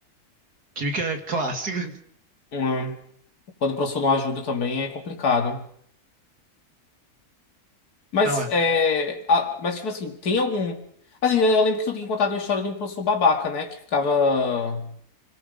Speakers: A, on the right (about 85°); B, on the left (about 80°).
A: Química é clássica.
B: em- Quando o professor não ajuda também é complicado. Mas,
A: Não é.
B: é, a- mas tipo assim, tem algum. Assim, eu eu lembro que tu tinha contado uma história de um professor babaca, né? Que ficava.